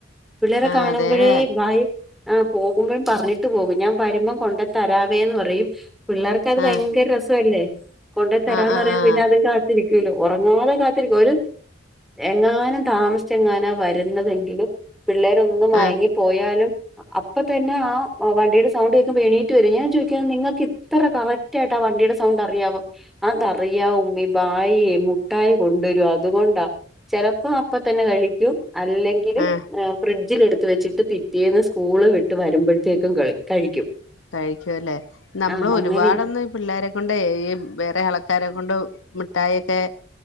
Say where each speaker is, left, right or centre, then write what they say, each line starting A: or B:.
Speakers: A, in the centre; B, on the left.
A: പിള്ളേരെ
B: ആഹ്
A: കാണുമ്പൊഴേ
B: അതേലെ
A: ഭായ് ആഹ് പോകുമ്പം പർഞ്ഞി ട്ട് പോകും. ഞാ വര്മ്പം കൊണ്ട് തരാവേന്ന് പറയും. പിള്ളേർക്കത് ഭയങ്കര
B: ആഹ്
A: രസ ല്ലെ. കൊണ്ട് തരാന്നറിയുമ്പൊ
B: ആഹ് ആഹ് ആഹ്
A: പിന്നെ അതും കാത്തിരിക്കൂല്ലൊ. ഒറങ്ങാതെ കാത്തിരിക്കും. ഒരു എങ്ങാനും താമസ്ച്ചെങ്ങാനാ വരുന്നതെങ്കില് പിള്ളേരൊന്നും മയങ്ങിപ്പോയാലും
B: ആഹ്
A: അപ്പൊ തന്നെ ആ ആ വണ്ടീടെ സൗണ്ടേക്കുമ്പൊ എണീറ്റ് വരും. ഞാ ചോയ്ക്കാ നിങ്ങക്ക് ഇത്ര കറക്ടായിട്ടാവണ്ടീടെ സൗണ്ട് അറിയാവൊ അതറിയാ ഉമ്മീ. ഭായി മുട്ടായി കൊണ്ടൊരും അതുകൊണ്ടാ. ചെലപ്പം അപ്പതന്നെ കഴിക്കും. അല്ലെങ്കില്
B: ആഹ്
A: ഏഹ് ഫ്രിഡ്ജിലെ ട്ത്ത് വെച്ചിട്ട് പിറ്റേന്ന് സ്ക്കൂള് വിട്ട് വര്മ്പഴത്തേക്കും കളി കഴിക്കും.
B: കഴിക്കു അല്ലെ. നമ്മള്
A: ആ അങ്ങനെയാ
B: ഒരുപാടൊന്നും ഈ പിള്ളേരെ കൊണ്ടേയ് ഈ വേറെ ആളക്കാരെ കൊണ്ട് മിഠായൊക്കെ